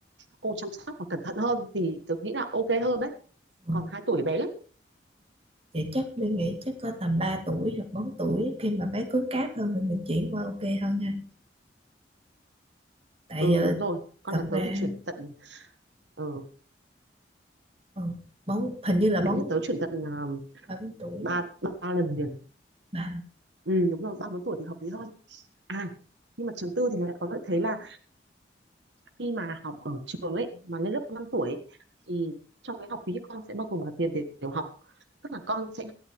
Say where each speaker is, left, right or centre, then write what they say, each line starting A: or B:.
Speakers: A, on the right (about 80°); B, on the right (about 30°).
A: cô chăm sóc và cẩn thận hơn thì tớ nghĩ là ok hơn đấy
B: Ừ.
A: còn 2 tuổi bé lắm
B: Vậy chắc Linh nghĩ chắc có tầm 3 tuổi hoặc 4 tuổi khi mà bé cứng cáp hơn mình mình chuyển qua ok hơn ha tại
A: ừ
B: giờ
A: đúng rồi con
B: thật
A: nhà tớ
B: ra
A: thì chuyển tận ờ,
B: ừ, bóng hình như là
A: bé
B: bốn
A: nhà tớ chuyển tận ờ,
B: ba bốn tuổi
A: ba ba lần liền
B: ba
A: ừ đúng rồi ba bốn tuổi thì hợp lý hơn à nhưng mà trường tư thì lại có lợi thế là khi mà học ở trường ấy mà lên lớp 5 tuổi ấy, thì trong cái học phí con sẽ bao gồm cả tiền tiểu tiểu học tức là con sẽ